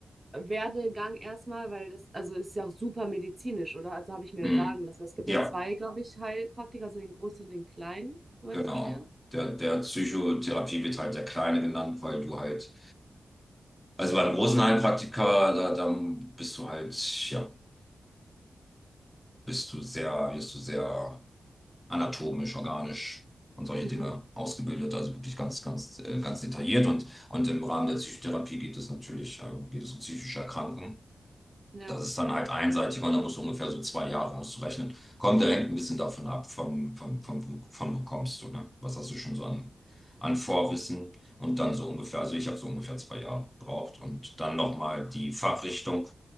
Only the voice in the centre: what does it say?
Hm.
Ja,
genau.
Der, der Psychotherapie wird halt der Kleine genannt, weil du halt, also bei einem großen Heilpraktiker, da, dann bist du halt, ja, bist du sehr, wirst du sehr anatomisch, organisch und solche
Dinge ausgebildet, also wirklich ganz, ganz, äh, ganz detailliert. Und, und im Rahmen der Psychotherapie geht es natürlich, äh, geht es um psychische Erkrankungen.
Das ist dann halt einseitiger und da musst du ungefähr so zwei Jahre auszurechnen, Kommt, der hängt ein bisschen davon ab, vom, vom, vom, von wo kommst du, ne? Was hast du schon so an, an Vorwissen? Und dann so ungefähr, also ich habe so ungefähr zwei Jahre gebraucht. Und dann nochmal die Fachrichtung,